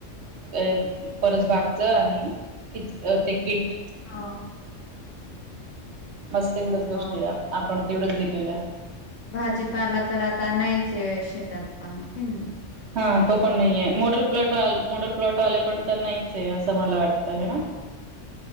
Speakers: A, on the right; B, on the left.
A: अ परत भागच आणि कि ते किट
B: हा
A: बस तेवढंच गोष्टी
B: हा
A: आहे आपण तेवढंच दिलेलं आहे
B: भाजीपाला तर आता नाहीच शेत त्यात पण कीन
A: हा तो पण नाही मोॉडल प्लॉट मोॉडल प्लॉट वाले पण तर नाहीच आहे असं मला वाटत ह ना